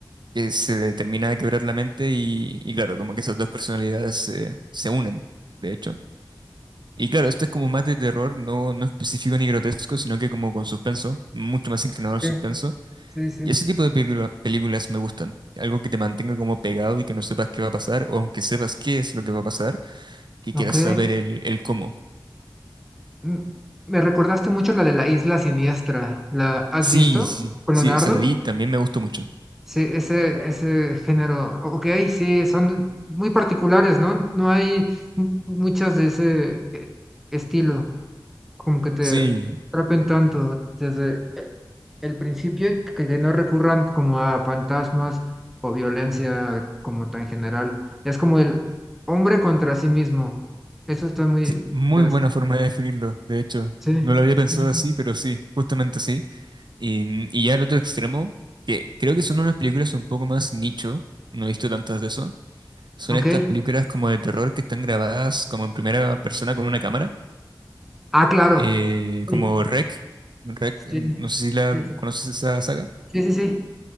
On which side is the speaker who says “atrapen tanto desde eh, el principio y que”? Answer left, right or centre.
Centre